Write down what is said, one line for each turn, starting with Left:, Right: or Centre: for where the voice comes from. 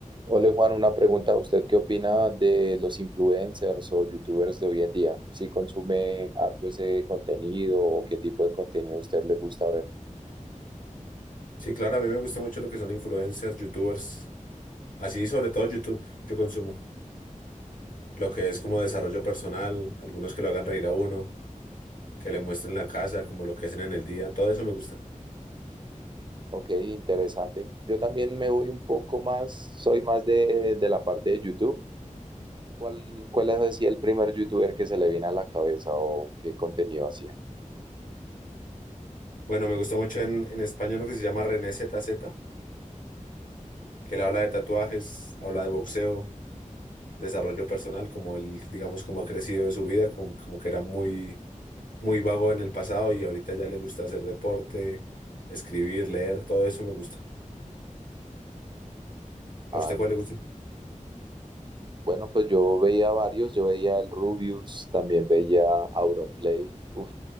Right: Hola Juan, una pregunta. ¿Usted qué opina de los influencers o youtubers de hoy en día? ¿Si consume harto ese contenido o qué tipo de contenido a usted le gusta ver?
Left: Sí, claro, a mí me gusta mucho lo que son influencers, youtubers, así sobre todo YouTube, yo consumo. Lo que es como desarrollo personal, algunos que lo hagan reír a uno, que le muestren la casa, como lo que hacen en el día, todo eso me gusta.
Right: Ok, interesante. Yo también me voy un poco más, soy más de, de la parte de YouTube. ¿Cuál, cuál es así el primer youtuber que se le viene a la cabeza o qué contenido hacía?
Left: Bueno, me gusta mucho en, en español lo que se llama René Z Z, que él habla de tatuajes, habla de boxeo, desarrollo personal, como él, digamos, como ha crecido de su vida, como, como que era muy, muy vago en el pasado y ahorita ya le gusta hacer deporte, escribir, leer, todo eso me gusta. ¿A
Right: Ah,
Left: usted cuál le gusta?
Right: Bueno, pues yo veía varios, yo veía el Rubius, también veía Auronplay, uf,